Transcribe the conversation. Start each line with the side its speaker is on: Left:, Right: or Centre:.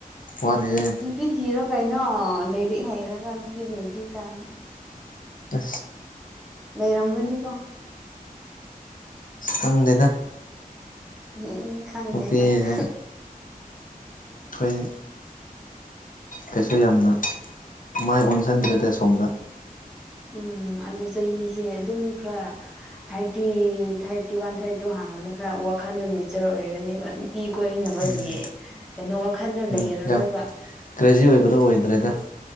Left: ꯋꯥꯠꯂꯤꯌꯦ
Centre: ꯅꯨꯄꯤ ꯊꯤꯔꯣ ꯀꯩꯅꯣ ꯂꯥꯏꯔꯤꯛ ꯍꯩꯔꯒ ꯅꯨꯄꯤ ꯂꯩꯗꯤ ꯀꯥꯏꯅ
Left: ꯎ
Centre: ꯂꯩꯔꯝꯒꯅꯤꯀꯣ
Left: ꯍꯪꯗꯦꯗ
Centre: ꯎꯝ ꯈꯪꯗꯦ
Left: ꯅꯨꯄꯤꯁꯦ
Centre: ꯀꯅ
Left: ꯑꯩꯈꯣꯏ ꯀꯩꯁꯨ ꯌꯥꯝꯅ ꯃꯥꯏ ꯑꯣꯟꯁꯤꯟꯗ꯭ꯔꯦ ꯇ ꯁꯣꯝꯗ
Centre: ꯎꯝ ꯑꯗꯨ ꯆꯍꯤꯁꯦ ꯑꯗꯨꯝ ꯈꯔ thirty thirty one thirty two ꯍꯥꯡꯔꯕꯅꯤꯅ ꯈꯔ ꯋꯥꯈꯜꯗꯣ ꯃꯦꯆꯣꯔ ꯑꯣꯏꯔꯅꯦꯕ ꯃꯤ ꯀꯣꯏꯅꯕꯒꯤ
Left: ꯎꯝ
Centre: ꯀꯩꯅꯣ ꯋꯥꯈꯟꯗꯣ ꯂꯩꯔꯔꯣꯏꯕ
Left: ꯎꯝ ꯌꯥꯝ ꯀ꯭ꯔꯦꯖꯤ ꯑꯣꯏꯕꯗꯣ ꯑꯣꯏꯗ꯭ꯔꯦꯗ